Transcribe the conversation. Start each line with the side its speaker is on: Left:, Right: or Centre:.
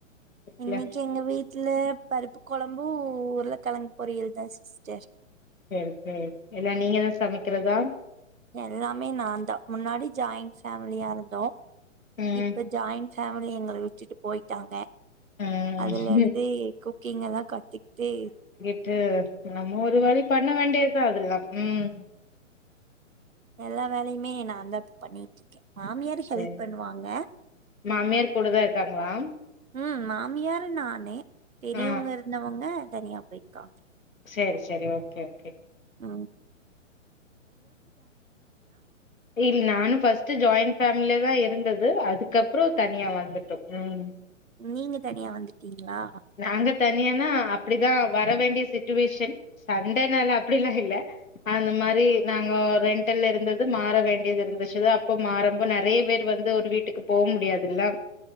Left: வீட்ல
Right: இன்னைக்கி எங்க வீட்ல பருப்பு கொழம்பு உருளக்கெழங்கு பொரியல் தா சிஸ்டர்
Left: சேரி சேரி இல்ல நீங்கதா சமைக்கிறதா
Right: எல்லாமே நான்தா முன்னாடி ஜாயிண்ட் ஃபேமிலியா இருந்தோ
Left: ம்
Right: இப்ப ஜாயிண்ட் ஃபேமிலி எங்கள விட்டுட்டு போயிட்டாங்க
Left: ம்
Right: அதுலேருந்து குக்கிங் எல்லா கட் திட்டி
Left: ட்டு நம்ம ஒரு வழி பண்ண வேண்டியதா அதுல்லா ம்
Right: எல்லா வேலையுமே நான் தா இப்ப பண்ணிட்ருக்கே மாமியாரு ஹெல்ப்
Left: சரி
Right: பண்ணுவாங்க
Left: மாமியார் கூட தா இருக்காங்களா
Right: ம் மாமியாரு நானே பெரியவங்க
Left: ஆ
Right: இருந்தவங்க தனியா போய்க்காங்க
Left: சேரி சேரி ஓகே ஓகே
Right: ஆ
Left: இல்ல நானு ஃபஸ்ட்டு ஜாயிண்ட் ஃபே மிலல தா இருந்தது அதுக்கப்புறோ தனியா வந்துட்டோ ம்
Right: நீங்க தனியா வந்துட்டீங்களா
Left: நாங்க தனியானா அப்படிதா வர வேண்டிய சுட்டுவேஷன் சண்டேனால அப்டிலா இல்ல அந்த மாரி நாங்க ரெண்டல் இருந்தது மாற வேண்டியது இருந்துச்சு தா அப்போ மாறம்போது நெறைய பேர் வந்து ஒரு வீ வீட்டுக்கு போ முடியாதுல்ல